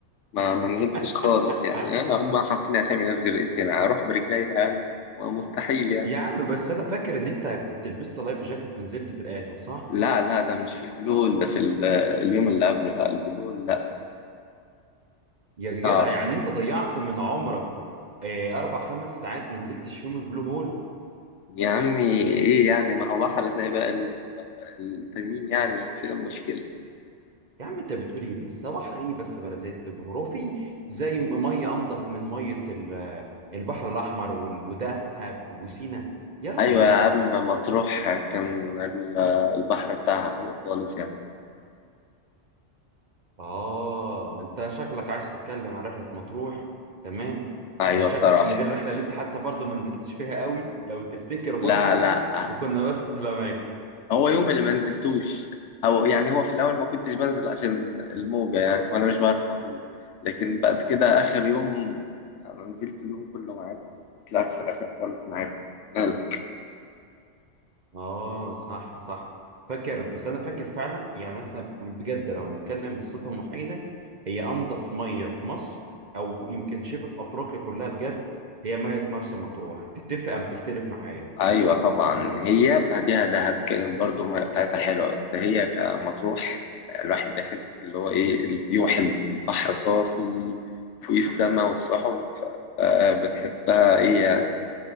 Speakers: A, on the left; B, on the right.
A: ما ما نزلتش
B: <laughs>
A: خالص يعني أنا هم حاطين اسامي ناس غير هنا اروح برجلي يعني مستحيل يعني
B: يا عم بس انا فاكر ان انت كنت لبست لايف جاكيت ونزلت في الاخر صح؟
A: لا لا ده مش في البلو هول، ده في ال- اليوم اللي قبله لا البلو هول لا
B: يا جدع
A: صعب
B: يعني انت ضيعت من عمرك آه، اربع خمس ساعات ما نزلتش فيهم البلو هول
A: يا عمي ايه يعني ما هو بحر زي بقى ال- التانيين يعني في المشكلة
B: يا عم انت بتقول ايه بس هو بحر ايه بس بلا زيت البحر هو في زي ميه انضف من ميه ال- البحر الاحمر وال- ودهب وسينا يا راجل
A: ايوه يا عم مطروح كان ال- البحر بتاعها حلو خالص يعني
B: اه انت شكلك عايز تتكلم عن رحله مطروح تمام
A: ايوه
B: لان شكلك
A: بصراحة
B: ان دي الرحله اللي انت حتى برضه ما نزلتش فيها قوي لو تفتكر برضه
A: لا لا
B: وكنا بس في الاماكن
A: هو يوم اللي ما نزلتوش او يعني هو في الاول ما كنتش بنزل عشان الموجه يعني وانا مش بعرف اهو لكن بعد كده اخر يوم انا نزلت اليوم كله معاكم وطلعت في الاخر خالص معاكم مال.
B: اه صح صح فاكر بس انا فاكر فعلا يعني احنا بجد لو نتكلم بصفه محايده هي انضف ميه في مصر او يمكن شبه في افريقيا كلها بجد هي ميه مرسى مطروح تتفق ام تختلف معايا
A: ايوه طبعا هي بعديها دهب كانت برضو المية بتاعتها حلوه هي كمطروح الواحد بيحس اللي هو ايه الفيو حلو البحر صافي فوق السما والسحب ف- فبتحسها ايه يعني